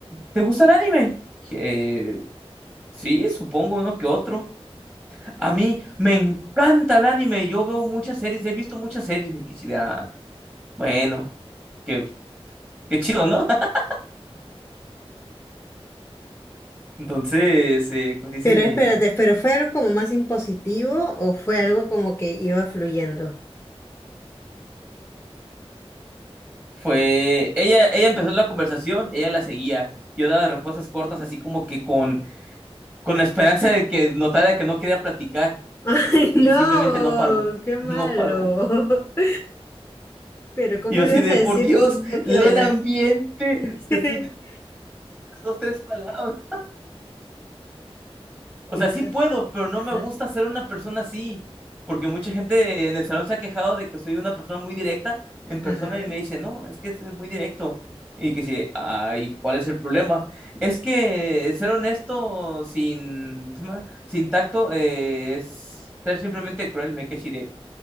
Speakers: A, on the right; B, on the left.
A: ¿Te gusta el anime? Eh, sí, supongo, ¿no? Que otro. A mí me encanta el anime. Yo veo muchas series, he visto muchas series, me quisiera. Bueno que Qué chido, ¿no? <laughs> Entonces, eh, pues dice,
B: Pero espérate, ¿pero fue algo como más impositivo o fue algo como que iba fluyendo?
A: fue, ella, ella empezó la conversación, ella la seguía, yo daba respuestas cortas, así como que con, con la esperanza de que notara que no quería platicar,
B: <laughs> ¡Ay, no!
A: y simplemente no paró,
B: ¡Qué
A: <laughs>
B: malo!
A: no paró.
B: <laughs> Pero ¿cómo
A: Y yo
B: le
A: así
B: vas
A: de,
B: a decir
A: por Dios,
B: no quiero
A: lee
B: hablar?
A: el ambiente,
B: <laughs>
A: te estoy diciendo dos, tres palabras. O
B: Y
A: sea,
B: todas,
A: sí puedo, pero no
B: ajá,
A: me gusta ser una persona así. Porque mucha gente en el salón se ha quejado de que soy una persona muy directa en persona
B: ajá.
A: y me dice, no, es que es muy directo. Y que sí, ay, ¿cuál es el problema? Es que ser honesto sin, ¿cómo se llama? sin tacto eh, es ser simplemente cruel, me quedé así de,